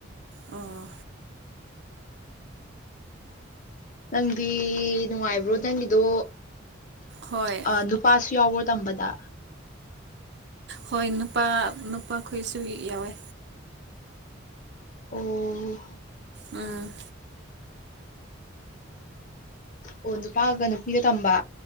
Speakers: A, on the right; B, on the left.
A: ꯑꯣ
B: ꯅꯪꯗꯤ ꯅꯨꯡꯉꯥꯏꯕ꯭ꯔꯣ ꯅꯪꯒꯤꯗꯣ
A: ꯍꯣꯏ
B: ꯑꯥ ꯅꯨꯞ ꯄꯥꯁꯨ ꯌꯥꯎꯕ꯭ꯔꯣ ꯇꯝꯕꯗ
A: ꯍꯣꯏ ꯅꯨꯄꯥ ꯅꯨꯄꯥꯈꯣꯏꯁꯨ ꯌꯥꯎꯋꯦ
B: ꯑꯣ
A: ꯎꯝ
B: ꯑꯣ ꯅꯨꯄꯥꯒ ꯅꯨꯄꯤꯒ ꯇꯝꯕ